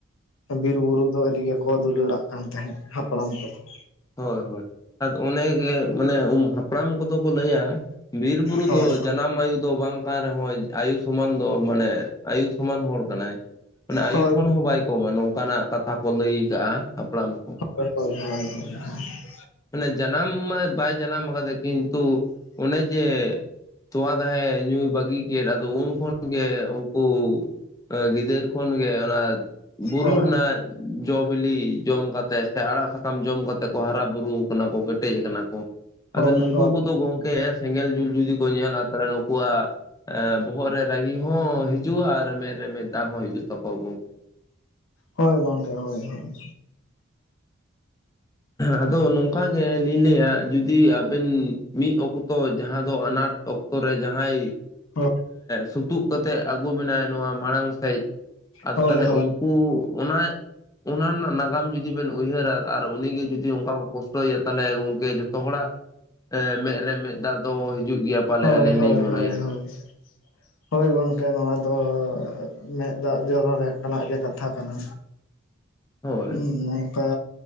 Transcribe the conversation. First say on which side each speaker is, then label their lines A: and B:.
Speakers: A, on the left (about 70°); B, on the left (about 15°).
A: ᱵᱤᱨ ᱵᱩᱨᱩ ᱫᱚ ᱟᱹᱰᱤ ᱜᱮᱠᱚ ᱫᱩᱞᱟᱹᱲᱟᱜ ᱠᱟᱱ ᱛᱟᱦᱮᱸᱫ ᱦᱟᱯᱲᱟᱢ ᱠᱚᱫᱚ
B: ᱦᱳᱭ ᱦᱳᱭ ᱟᱫᱚ ᱚᱱᱮ ᱜᱮ ᱢᱟᱱᱮ ᱩᱢ ᱦᱟᱯ ᱦᱟᱯᱲᱟᱢ ᱠᱚᱫᱚ ᱠᱚ ᱞᱟᱹᱭᱟ ᱵᱤᱨ ᱵᱩᱨᱩ
A: ᱦᱳᱭ
B: ᱫᱚ ᱡᱟᱱᱟᱢ ᱟᱭᱩ ᱫᱚ ᱵᱟᱝ ᱨᱮᱦᱚᱸ ᱟᱭᱩ ᱥᱚᱢᱟᱱ ᱫᱚ ᱢᱟᱱᱮ ᱟᱭᱩ ᱥᱚᱢᱟᱱ ᱦᱚᱲ ᱠᱟᱱᱟᱭ ᱢᱟᱱᱮ ᱟᱭᱩ
A: ᱦᱳᱭ
B: ᱠᱷᱚᱱ ᱦᱚᱸ ᱵᱟᱭ ᱠᱚᱢᱟ ᱱᱚᱝᱠᱟᱱᱟᱜ ᱠᱟᱛᱷᱟ ᱠᱚ ᱞᱟᱹᱭ ᱟᱠᱟᱜᱼᱟ ᱦᱟᱯᱲᱟᱢ ᱠᱚ
A: <unintelligible>
B: ᱢᱟᱱᱮ ᱡᱟᱱᱟᱢ ᱢᱟ ᱵᱟᱭ ᱡᱟᱱᱟᱢ ᱟᱠᱟᱫᱮ ᱠᱤᱱᱛᱩ ᱚᱱᱮ ᱡᱮ ᱛᱚᱣᱟ ᱫᱟᱦᱮ ᱧᱩᱭ ᱵᱟᱹᱜᱤ ᱠᱮᱫ ᱟᱫᱚ ᱩᱱ ᱠᱷᱚᱱ ᱜᱮ ᱩᱝᱠᱩ ᱜᱤᱫᱟᱹᱨ ᱠᱷᱚᱱ ᱜᱮ ᱚᱱᱟ ᱵᱩᱨᱩ
A: ᱦᱳᱭ
B: ᱨᱮᱱᱟᱜ ᱡᱚ ᱵᱤᱞᱤ ᱡᱚᱢ ᱠᱟᱛᱮᱜ ᱥᱮ ᱟᱲᱟᱜ ᱥᱟᱠᱟᱢ ᱡᱚᱢ ᱠᱟᱛᱮ ᱠᱚ ᱦᱟᱨᱟ ᱵᱩᱨᱩ ᱠᱟᱱᱟ ᱠᱚ ᱠᱮᱴᱮᱡ ᱟᱠᱟᱱᱟ ᱠᱚ
A: ᱦᱳᱭ
B: ᱟᱫᱚ ᱱᱩᱝᱠᱩ
A: ᱦᱳᱭ
B: ᱠᱚᱫᱚ ᱜᱚᱝᱠᱮ ᱥᱮᱸᱜᱮᱞ ᱡᱩᱞ ᱡᱩᱫᱤ ᱠᱚ ᱧᱮᱞᱟ ᱛᱟᱦᱚᱞᱮ ᱱᱩᱠᱩ ᱭᱟᱜ ᱵᱚᱦᱚᱜ ᱨᱮ ᱨᱟᱹᱜᱤ ᱦᱚᱸ ᱦᱤᱡᱩᱜᱼᱟ ᱟᱨ ᱢᱮᱫ ᱨᱮ ᱢᱮ ᱫᱟᱜ ᱦᱚᱸ ᱦᱤᱡᱩᱜ ᱛᱟᱠᱚᱣᱟ ᱜᱚᱢᱠᱮ
A: ᱦᱳᱭ ᱜᱚᱝᱠᱮ ᱦᱳᱭ ᱦᱳᱭ
B: ᱟᱫᱚ ᱱᱚᱝᱠᱟ ᱜᱮ ᱞᱤᱧ ᱞᱟᱹᱭᱟ ᱡᱩᱫᱤ ᱟᱵᱮᱱ ᱢᱤᱫ ᱚᱠᱛᱚ ᱡᱟᱦᱟᱸ ᱫᱚ ᱟᱱᱟᱴ ᱚᱠᱛᱚ ᱚᱠᱛᱚ ᱨᱮ ᱡᱟᱦᱟᱸᱭ
A: ᱦᱳᱭ
B: ᱥᱩᱛᱩᱜ ᱠᱟᱛᱮᱫ ᱟᱹᱜᱩ ᱵᱮᱱᱟᱭ ᱱᱚᱣᱟ ᱢᱟᱲᱟᱝ ᱥᱮᱫ ᱟᱫᱚ
A: ᱦᱳᱭ
B: ᱛᱟᱦᱚᱞᱮ
A: ᱦᱳᱭ ᱦᱳᱭ
B: ᱩᱱᱠᱩ ᱚᱱᱟ ᱚᱱᱟ ᱨᱮᱱᱟᱜ ᱱᱟᱜᱟᱢ ᱡᱩᱫᱤ ᱵᱮᱱ ᱩᱭᱦᱟᱹᱨᱟ ᱟᱨ ᱩᱱᱤ ᱜᱮ ᱡᱩᱫᱤ ᱚᱝᱠᱟ ᱠᱚ ᱠᱚᱥᱴᱚᱭᱮᱭᱟ ᱛᱟᱦᱚᱞᱮ ᱜᱚᱝᱠᱮ ᱡᱷᱚᱛᱚ ᱦᱚᱲᱟᱜ ᱢᱮᱸᱫ ᱨᱮ ᱢᱮᱫ ᱫᱟᱜ ᱫᱚ ᱦᱤᱡᱩᱜ ᱜᱮᱭᱟ᱾ ᱯᱟᱞᱮ
A: ᱦᱳᱭ
B: ᱟᱹᱞᱤᱧ
A: ᱦᱳᱭ
B: ᱞᱤᱧ ᱢᱚᱱᱮᱭᱟ
A: ᱦᱳᱭ ᱦᱳᱭ ᱦᱳᱭ ᱜᱚᱝᱠᱮ ᱱᱚᱣᱟ ᱫᱚ ᱢᱮᱫ ᱫᱟᱜ ᱡᱚᱨᱚ ᱞᱮᱠᱟᱱᱟᱜ ᱜᱮ ᱠᱟᱛᱷᱟ ᱠᱟᱱᱟ᱾
B: ᱦᱳᱭ
A: ᱦᱩᱸ ᱱᱚᱝᱠᱟ